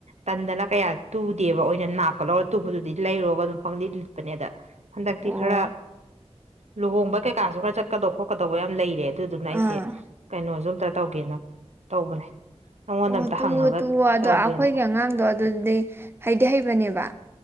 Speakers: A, on the right; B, on the right.
A: ꯇꯟꯗꯅ ꯀꯌꯥ ꯇꯨꯗꯦꯕ ꯑꯣꯏꯅ ꯅꯥꯞꯀ ꯂꯧꯔ ꯇꯨꯕꯗꯨꯗꯤ ꯂꯩꯔꯨꯔꯒ ꯑꯗꯨꯝ ꯄꯪꯂꯤꯠ ꯂꯤꯠꯄꯅꯦ ꯑꯗ ꯍꯟꯗꯛꯇꯤ
B: ꯑꯣ
A: ꯈꯔ ꯂꯨꯍꯣꯡꯕ ꯀꯩꯀꯥꯁꯨ ꯈꯔ ꯆꯠꯀꯗꯧꯕ ꯈꯣꯠꯀꯗꯧꯕ ꯌꯥꯝ ꯂꯩꯔꯦ ꯑꯗꯨꯗꯨꯅ ꯑꯩꯁꯦ
B: ꯑꯥ
A: ꯀꯩꯅꯣ ꯁꯨꯝ <inaudible> ꯇꯧꯒꯦꯅ ꯇꯧꯕꯅꯦ ꯅꯪꯉꯣꯟꯗ
B: ꯑꯣ
A: ꯑꯝꯇ
B: ꯇꯨꯋꯣ
A: ꯍꯪꯉꯒ
B: ꯇꯨꯋꯣ ꯑꯗꯣ
A: ꯇꯧꯒꯦꯅ
B: ꯑꯩꯈꯣꯏꯒꯤ ꯑꯉꯥꯡꯗꯣ ꯑꯗꯨꯗꯤ ꯍꯩꯗꯤ ꯍꯩꯕꯅꯦꯕ